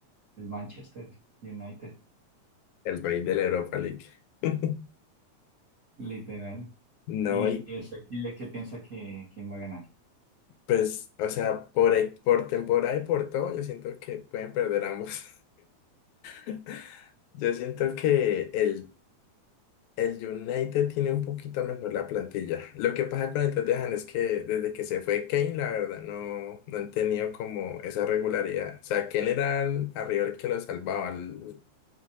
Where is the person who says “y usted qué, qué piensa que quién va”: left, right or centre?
Right